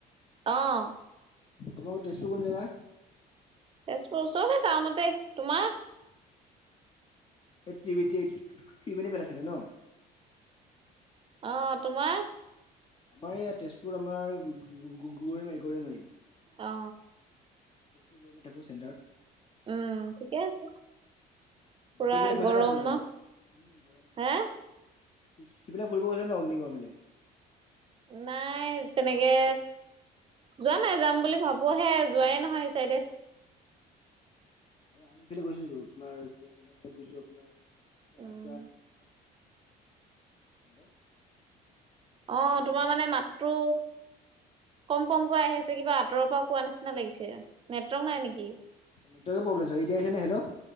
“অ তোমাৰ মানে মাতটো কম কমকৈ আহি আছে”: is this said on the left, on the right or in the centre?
Right